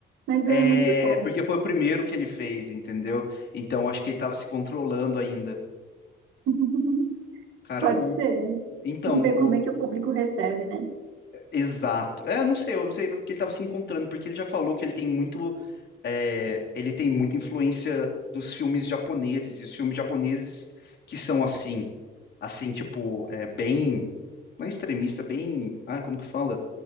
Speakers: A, on the right; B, on the left.
A: Mas
B: É,
A: é muito bom.
B: porque foi o primeiro que ele fez, entendeu? Então acho que ele tava se controlando ainda.
A: <laughs>
B: Cara,
A: Pode
B: o,
A: ser.
B: então,
A: Ver
B: o,
A: como é que o público recebe, né?
B: Exato. É, eu não sei, eu não sei é porque ele estava se encontrando, porque ele já falou que ele tem muito, é, ele tem muita influência dos filmes japoneses, e os filmes japoneses que são assim, assim, tipo, é, bem, não é extremista, bem, ai, como que fala?